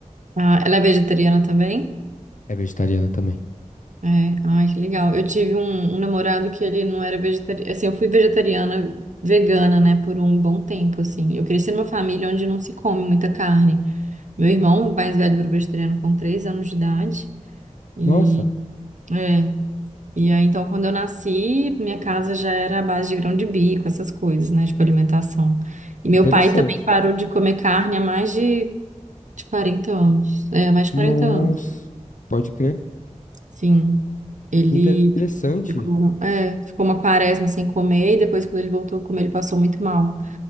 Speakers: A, on the right; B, on the left.
A: Ah, ela é vegetariana também?
B: É vegetariana também.
A: É, ai, que legal. Eu tive um, um namorado que ele não era vegetariano, assim, eu fui vegetariana, vegana, né, por um bom tempo, assim. Eu cresci numa família onde não se come muita carne. Meu irmão mais velho virou vegetariano com três anos de idade. E,
B: Nossa,
A: é, e aí, então, quando eu nasci, minha casa já era à base de grão de bico, essas coisas, né? Tipo, alimentação. E meu
B: interessante.
A: pai também parou de comer carne há mais de, de 40 anos. É, há mais de
B: Nossa,
A: 40 anos,
B: pode crer.
A: sim. Ele
B: Que interessante.
A: ficou, é, ficou uma quaresma sem comer e depois, quando ele voltou a comer, ele passou muito mal.